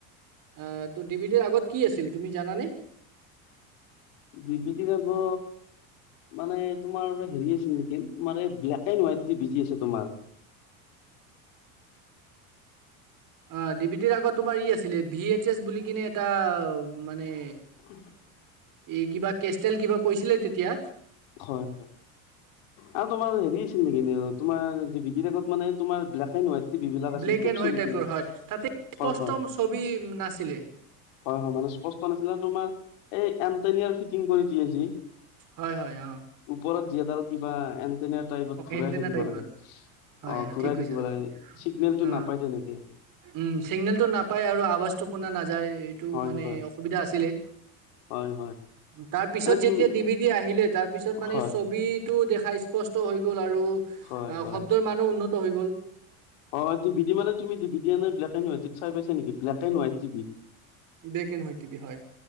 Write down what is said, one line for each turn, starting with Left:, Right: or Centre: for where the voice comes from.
Right: অ' ত' ডিভিডিৰ আগত আছিল তুমি জানানে?
Left: ডিভিডিৰ আগত। মানে তোমাৰ হেৰি আছিল নেকি তোমাৰ এই ব্লেক এণ্ড হোৱাইট টিভি যে আছে তোমাৰ।
Right: <inaudible> অ ডিভিডিৰ আগত তোমাৰ ই আছিলে ভি এইচ এচ বুলি কিনে এটা মানে
Left: <inaudible>
Right: এই কিবা কেষ্টেল কিবা কৈছিলে তেতিয়া।
Left: হয়। আৰু তোমাৰ হেৰি আছিল নেকি তোমাৰ ডিভিডিৰ আগত মানে তোমাৰ ব্লেক এণ্ড হোৱাইট। টিভি বিলাক আছিল
Right: ব্লেক
Left: খুব
Right: এণ্ড হোৱাইট
Left: চলিছিলে
Right: টাইপৰ হয় তাতে স্পষ্ট
Left: হয় হয়
Right: ছবি নাছিলে।
Left: হয়, হয় মানে স্পষ্ট নাছিলে তোমাৰ এই এনটনিয়াৰ ফিটিং কৰি দিয়ে যি।
Right: হয়, হয় অ'।
Left: ওপৰত যিডাল কিবা এনটেনা টাইপত ঘূৰাই
Right: এণ্টেনা
Left: থাকিব
Right: টাইপৰ
Left: লাগে। অ
Right: হয় অ
Left: ঘূৰাই
Right: ঠিক কৈছা
Left: থাকিব
Right: তুমি
Left: লাগে চিগনেলটো
Right: অ
Left: নাপায় তেনেকে।
Right: উম চিগনেলটো নাপায় আৰু আৱাজটো শুনা নাযায় এইটো
Left: হয়
Right: মানে
Left: হয়
Right: অসুবিধা আছিলে।
Left: হয় হয়
Right: তাৰ পিছত
Left: এনে
Right: যেতিয়া
Left: তুমি
Right: ডিভিডি আহিলে তাৰ পিছত মানে
Left: হয়
Right: ছবিটো দেখাই স্পষ্ট হৈ গ'ল আৰু
Left: হয় হয়
Right: শব্দৰ মানো উন্নত হৈ গ'ল।
Left: অ' ডিভিডি মানে তুমি ব্লেক এণ্ড হোৱাইটত চাই পাইছা নেকি ব্লেক এণ্ড হোৱাইট টিভিত।
Right: ব্লেক এণ্ড হোৱাইট টিভি হয়